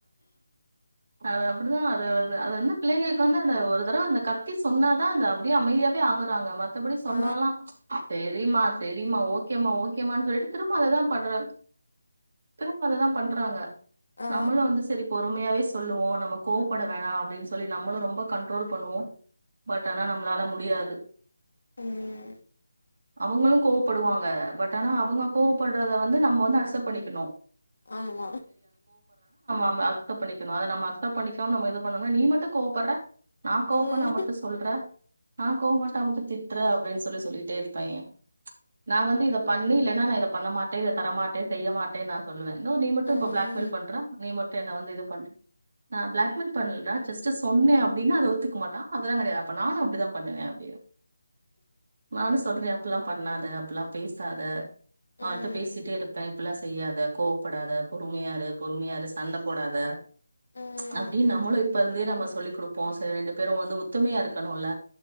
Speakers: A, on the right; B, on the left.
A: அது அப்படிதான் அது அது அது வந்து பிள்ளைங்களுக்கு வந்து அந்த ஒரு தடவ அந்த கத்தி சொன்னாதா அது அப்டியே அமைதியா ய ஆகுறாங்க மத்தபடி சொன்னாலா
B: ஆ
A: சே ரீம்மா செரிம்மா ஓகேமா ஓகேமானு சொல்ட்டு திரும்ப அத தா பண்றாங் திரும்ப அத தா பண்றாங்க
B: ஆ
A: நம்மளு வந்து செரிப் பொறுமையாவே சொல்லுவோ நம்ம கோவ்ப்பட வேணா அப்டின் சொல்லி நம்மளு ரொம்ப கண்ட்ரோல் பண்ணுவோ பட் ஆனா நம்ளால முடியாது
B: உம்
A: அவங்களு கோவ்ப்படுவாங்க பட் ஆனா அவங்க கோவ்ப்பட்றத வந்து நம்ம வந்து அக்செப்ட் பண்ணிக்கணு
B: ஆமா
A: அவ அக்செப்ட் பண்ணிக்கணு அத நம்ம அக்செப்ட் பண்ணிக்காம நம்ம இது பண்ணம்னா நீ மட்டு கோவப்பட்ற நா கோவப்பண்ணா
B: ம்
A: மட்டு சொல்ற நா கோவம் பட்டா மட்டு திட்ற அப் ப்டின் சொல்லி சொல்லிட்டே இருப்பாய்ங்க நா வந்து இத பண்ணு இல்லைனா நா இத பண்ண மாட்டே இத தரமாட்டே செய்ய மாட்டே நா சொல்லுவே இதோ நீ மட் டு
B: ம்
A: இப்போ பிளாக்மெயில் பண்ற நீ மட்டு என்ன வந்து இது பண் நா பிளாக்மெயில் பண்லடா ஜெஸ்ட் சொன்னே அப்டினா அத ஒத்துக்க மாட்டா அதெல்லா கெடையா அப்ப நானு அப்டிதா பண்ணுவே அப்டினு நானு சொல்றே அப்பிட்ல்லா பண்ணாதா அப்பிட்லா பேசாதா
B: ம்
A: மா அடுத்து பேசிட்டே இருப்பே இப்பிட்லா செய்யாத கோவப்படாத பொறுமையாரு பொறுமையாரு சண்ட போடாத
B: ம்
A: அப்படின் நம்மளும் இப் இப்ப இருந்தே நம்ம சொல்லி் குடுப்போ சேரி ரெண்டு பேரு வந்து ஒத்துமையா இருக்கணுல்ல